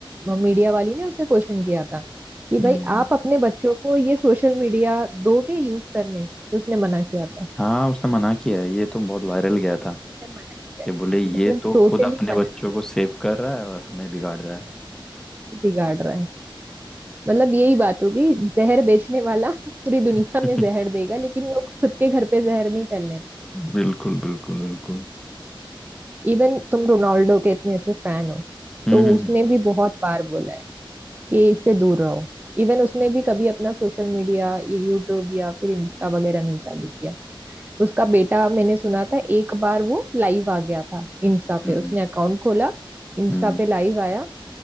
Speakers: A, on the right; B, in the centre.
A: मीडिया वाली ने उसे क्वेश्चन किया था कि
B: हम्म
A: भाई आप अपने बच्चों को ये सोशल मीडिया दोगे यूज करने तो उसने मना किया था
B: हाँ उसने मना किया है ये तो बहुत वायरल गया था
A: उसने मना किया
B: कि बोले ये
A: उसने
B: तो
A: टोटली
B: खुद अपने
A: मना
B: बच्चों
A: किया
B: को सेव कर रहा है और हमें बिगाड़ रहा है
A: बिगाड़ रहा है मतलब यही बात होगी जहर बेचने वाला <laughs> पूरी दुनिया
B: <laughs>
A: में जहर देगा लेकिन वो खुद के घर पे जहर नहीं फैलने देगा।
B: बिल्कुल बिल्कुल बिल्कुल
A: इवन तुम रोनाल्डो के इतने अच्छे फैन हो
B: हम्म
A: तो
B: हम्म
A: उसने भी बहुत बार बोला है कि इससे दूर रहो इवन उसने भी कभी अपना सोशल मीडिया ये यूट्यूब या फिर इंस्टा वगैरह नहीं चालू किया उसका बेटा मैंने सुना था एक बार वो लाइव आ गया था इंस्टा
B: हम्म
A: पे उसने अकाउंट खोला इंस्टा
B: हम्म
A: पे लाइव आया